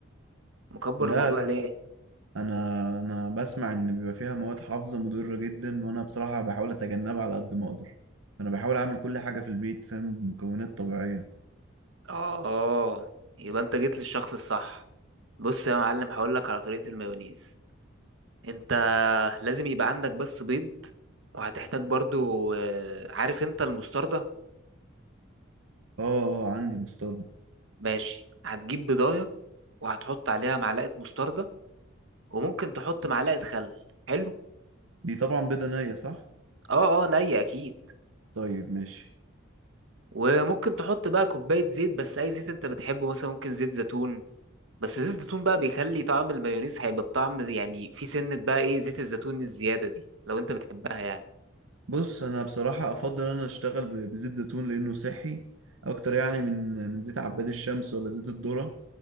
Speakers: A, on the right; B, on the right.
A: مكبر
B: لا
A: الموضوع
B: لا
A: ليه
B: لا انا انا بسمع ان بيبقى فيها مواد حافظة مضرة جدا وانا بصراحة بحاول اتجنبها على قد ما اقدر انا بحاول اعمل كل حاجة في البيت فاهم بمكونات طبيعية
A: اه اه يبقى انت جيت للشخص الصح بص يا معلم هقولك على طريقة المايونيز انت لازم يبقى عندك بس بيض وهتحتاج برضو آه، عارف انت المستردة
B: اه اه عندي مستردة
A: ماشي هتجيب بيضاية وهتحط عليها معلقة مستردة وممكن تحط معلقة خل حلو
B: دي طبعا بيضة نية صح
A: اه اه نية اكيد
B: طيب ماشي
A: وممكن تحط بقى كوباية زيت بس اي زيت انت بتحبه مثلا ممكن زيت زيتون بس زيت الزيتون بقى بيخلي طعم المايونيز هيبقى بطعم يعني في سنة بقى ايه زيت الزيتون الزيادة دي لو انت بتحبها يعني
B: بص انا بصراحه افضل ان انا اشتغل ب- بزيت زيتون لانه صحي اكتر يعني من من زيت عباد الشمس ولا زيت الذره